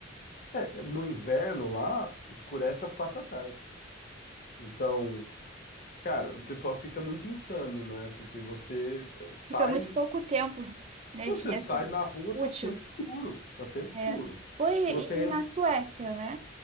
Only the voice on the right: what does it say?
Fica muito pouco tempo, né,
de
assim,
útil.
É. Foi
e
na Suécia, né?